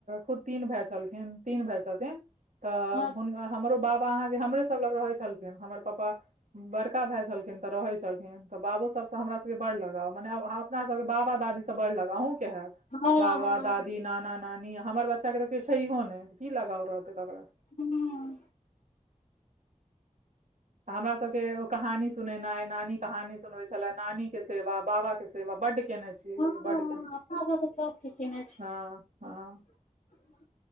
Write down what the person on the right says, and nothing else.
खुद तीन भाइ छलखिन तीन भाइ छथिन तऽ
हुन- हमरो बाप पा अहाँके हमरे सब लंग रहै छलखिन हमर पापा बड़का भाइ छलखिन तऽ रहै छलखिन तऽ बाबो सबसँ हमरा सबके बड़ सबकें लगाव मने अपना सबके बाबा दादी सब बड़ लगाव अहूँके हायैत
बाबा
दादी नाना नानी हमर बच्चाके तऽ कियो छहो नहि की लगाव रहतै ककरा सऽ
हमरा सबके ओ कहानी सुनेनाइ नानी कहानी सुनवै छलै नानीके सेवा बाबाके सेवा सेवा बड्ड केने छी
बड्ड केने छी
हाँ हाँ